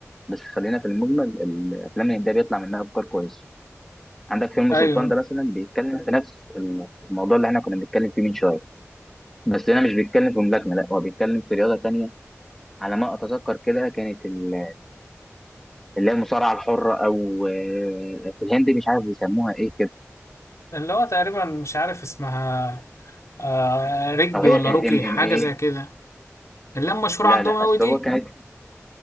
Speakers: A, in the centre; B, on the left.
A: بس خلينا في المجمل الافلام الهنديه بيطلع منها افكار كويسه عندك فيلم
B: ايوه
A: سلطان ده مثلا بيتكلم في نفس ال- الموضوع اللي احنا كنا بنتكلم فيه من شويه بس هنا مش بيتكلم في ملاكمه لا هو بيتكلم في رياضه تانية على ما اتذكر كده كانت ال- اللي هي المصارعه الحره او آه، في الهند مش عارف بيسموها ايه كده
B: اللي هو تقريبا مش عارف اسمها آه ركبي
A: او هي
B: ولا
A: كانت
B: روكي
A: ام
B: حاجة
A: ام ايه
B: زي كده اللي هم مشهور
A: لا
B: عندهم
A: لا
B: قوي
A: اصل
B: دي
A: هو كانت